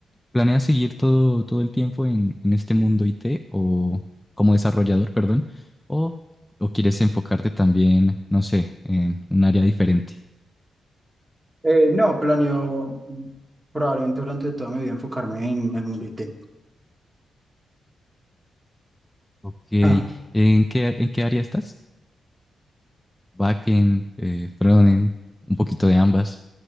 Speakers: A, in the centre; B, on the right.
A: ¿planeas seguir todo, todo el tiempo en, en este mundo IT o como desarrollador, perdón? ¿O, o quieres enfocarte también, no sé, en un área diferente?
B: Eh, no, planeo probablemente durante toda mi vida enfocarme en el mundo IT.
A: Ok,
B: Ah,
A: ¿en qué, en qué área estás? Backend, eh, frontend, un poquito de ambas.